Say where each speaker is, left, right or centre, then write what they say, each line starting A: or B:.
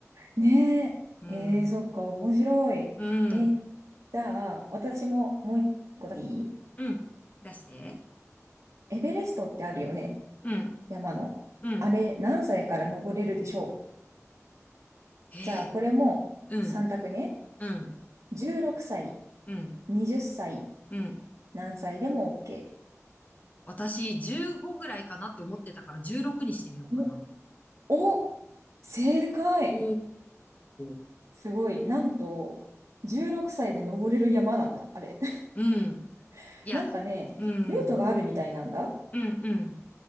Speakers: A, on the right; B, on the left.
A: ねえ、
B: うん、
A: えー、そっか、面白い。
B: うん、
A: え、じゃあ、私ももう一個だけいい
B: うん。出して。
A: エベレストってあるよね、
B: うん、
A: 山の。
B: うん。
A: あれ、何歳から登れるでしょう
B: へえ、
A: じゃあ、これも3択ね。
B: うん、うん、
A: 16歳、
B: うん、
A: 20歳、
B: うん。
A: 何歳でも OK。
B: 私、15ぐらいかなって思ってたから16にしてみようかな。
A: お、お、正解
B: おー。
A: すごい。なんと、16歳で登れる山なんだ、あれ。
B: うん。
A: <laughs>
B: いや、
A: なんかね、
B: うん、
A: ルートがあるみたいなんだ。
B: うん、うん、